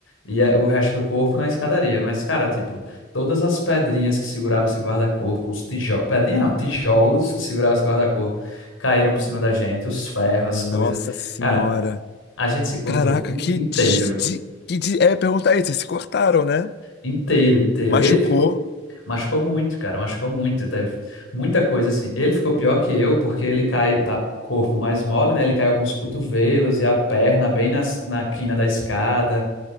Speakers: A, on the left; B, on the left.
A: e é, o resto do corpo na escadaria. Mas, cara, tipo, todas as pedrinhas que segurava esse guarda-corpo, os tijolos, pedrinha não, tijolos que segurava esse guarda-corpo, caíram por cima da gente, os ferros, as
B: Nossa
A: coisas.
B: senhora.
A: Cara, a gente se cortou
B: Caraca,
A: in-
B: que
A: inteiro,
B: des, de, que de, é perguntar isso, vocês se cortaram, né?
A: inteiro, inteiro.
B: Machucou.
A: Ele ficou, machucou muito, cara, machucou muito, teve muita coisa assim. Ele ficou pior que eu porque ele cai, tá corpo mais mole, né? Ele caiu com os cotovelos e a perna bem nas- na quina da escada,